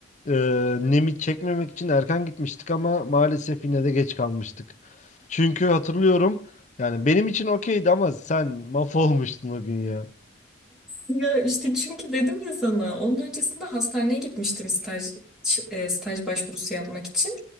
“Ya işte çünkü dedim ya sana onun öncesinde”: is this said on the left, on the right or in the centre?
Centre